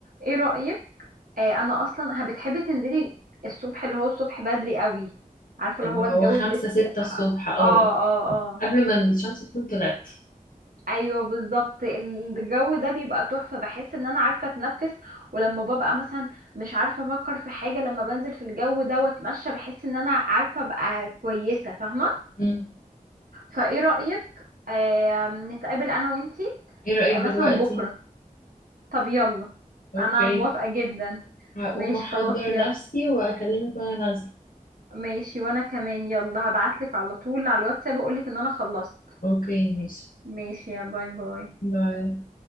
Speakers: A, on the right; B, on the left.
A: ايه رأيك آه انا اصلا ه- بتحبي تنزلي الصبح اللي هو الصبح بدري قوي عارفة
B: اللي
A: اللي هو الجو
B: هو خمسة
A: بلس
B: ستة
A: اه
B: الصبح اه
A: اه اه
B: قبل ما الشمس تكون طلعت
A: ايوه بالظبط الجو ده بيبقى تحفه بحس ان انا عارفه اتنفس ولما ببقى مثلا مش عارفه افكر في حاجه لما بنزل في الجو ده واتمشى بحس ان انا عارفه ابقى كويسه فاهمه
B: مم.
A: فايه رايك آه نتقابل انا وانتي
B: ايه رأيك
A: آه مثلا
B: دلوقتي؟
A: بكره طب يلا
B: اوكي
A: انا موافقه جدا
B: هقوم
A: ماشي
B: أحضر
A: خلاص يلا
B: نفسي وأكلمك وأنا نازلة
A: ماشي وانا كمان يلا هبعتلك على طول على الواتساب اقولك ان انا خلصت
B: اوكي ماشي
A: ماشي يا باي باي
B: باي